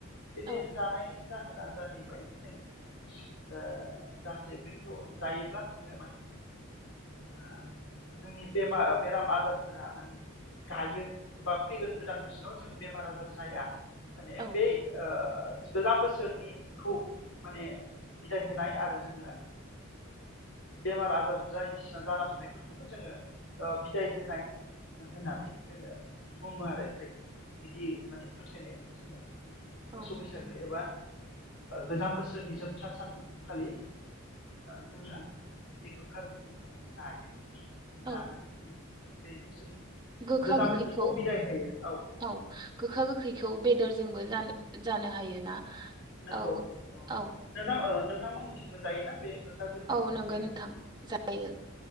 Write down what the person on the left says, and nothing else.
बेनि
जानायनि। जाहोना जाहैबाय जोंङो जाहाथे बैखौ जायोब्ला जोंङो माने। <inaudible> जोंनि बेमार बेराम आजारफोरा माने गायो एबा फैगोन गोदान बोसोराव जोंङो। बेमार आजार जाया माने
बे। गोजाम बोसोरनिखौ माने बिदाय होनाय आरो जोंङो। बेमार आजार बायदिसिना जाना थानायफोरखौबो जोंङो बिदाय होनाय। होननानै जोंङो बुङो आरो जायखौ। बिदि माने फोथायनायजों जोंङो
मोसौ
बैसागु एबा गोजाम बोसोर। नि जोबथा सानखालि। जोंङो बे गोखा गोखैखौ जायो।
जानानै जोंङो बे बोसोर
गोजाम
बोसोरखौ बिदाय होयो औ।
नंगौ
नोंथां नोंथांमोननिथिंबो जायोना बे। गोखा गोखैखौ
बे